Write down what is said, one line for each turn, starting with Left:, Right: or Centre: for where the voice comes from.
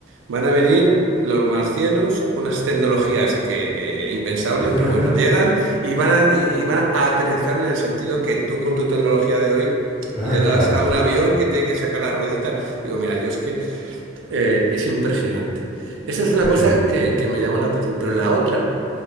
Right: van a venir los marcianos con unas tecnologías que eh, impensables,
Centre: <laughs>
Right: pero bueno, llegan y van a, y van a aterrizar en el sentido que tú con tu tecnología de hoy
Centre: Ah,
Right: le
Centre: Claro,
Right: das a un avión que tiene que sacar la ruedita. Digo, mira, yo es que eh, es impresionante. Eso es
Centre: sí,
Right: una cosa que, que me llama la atención, pero la otra